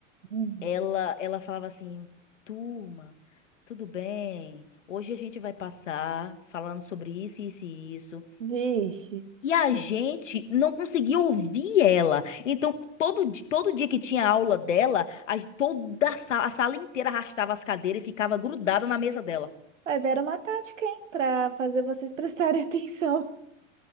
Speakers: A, on the right; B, on the left.
A: Hum.
B: Ela, ela falava assim, turma, tudo bem, hoje a gente vai passar falando sobre isso, isso e isso.
A: Vixe.
B: E a gente não conseguia ouvir ela. Então, todo, di- todo dia que tinha aula dela, a, toda a sala, a sala inteira arrastava as cadeiras e ficava grudada na mesa dela.
A: Vai ver uma tática, hein? Para fazer vocês prestarem <laughs> atenção.